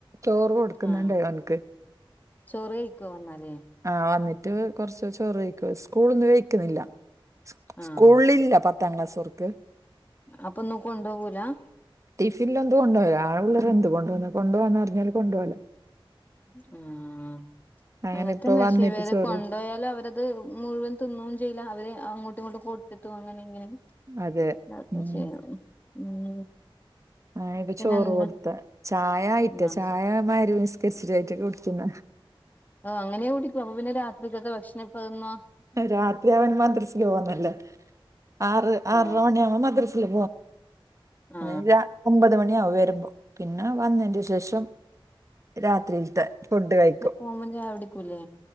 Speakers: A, on the right (about 35°); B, on the left (about 20°).
A: ചോറു കൊടു കൊടുക്കുന്നണ്ട്
B: ആഹ്
A: ആൾക്ക്
B: ചോറ് കഴിക്കോ വന്നാല്
A: ആഹ് വന്നിട്ട് കുറച്ച് ചോറ് കഴിക്കും സ്കൂള്ന്ന് കഴിക്കുന്നില്ല സ്കൂ
B: ആഹ്
A: സ്കൂളിലില്ല പത്താം ക്ലാസ് കാർക്ക്
B: അപ്പൊ ഒന്നും കൊണ്ടോവൂലാ
A: ടിഫില് ലൊന്ത് കൊണ്ടോവല് വേള പിള്ളരെന്ത് കൊണ്ട്‌പോവുന്നേ കൊണ്ട് പോവാന്നറിഞ്ഞാല് കൊണ്ടുപോവല്.
B: ഉം
A: അങ്ങനെ
B: അങ്ങതന്നെ
A: ഇപ്പൊ
B: മഷീവരകൊണ്ട്
A: വന്നിട്ട് ചോറ്
B: കൊണ്ട് പോയാലും അവരത് മുഴുവൻ തിന്നും ചെയ്യില്ല അവര് അങ്ങോട്ടും ഇങ്ങോട്ടും കൊടുത്തിട്ടു അങ്ങനെ ഇങ്ങനെ
A: അതെ
B: നർപ്പച്ചീന
A: ഉം
B: ഉം.
A: ആ ഇപ്പ
B: പിന്നെ
A: ചോറ്
B: എന്താ
A: കൊടുത്ത ചായ ആയിട്ട്
B: ആ
A: ചായ <unintelligible> കിസ്റ്രിയായിറ്റൊക്കെ കുടിക്കുന്ന
B: ഓ അങ്ങനെയാ കുടിപ്പും അപ്പ പിന്നെ രാത്രിക്കത്തെ ഭഷ്ണപ്പതിന്നാ?
A: രാത്രിയാവാന് മാത്രം സ്ലോ ഒന്നു അല്ല ആറ് ആറര
B: ആ
A: മണിയാവും മദ്രസ്
B: ആ
A: <unintelligible> ഒമ്പത് മണിയാവും വരുമ്പോ. പിന്നെ വന്നേന്റെ ശേഷം രാത്രിയിലത്തെ ഫുഡ് കഴിക്കും.
B: പോവുമ്പം ചായടിക്കൂലേ?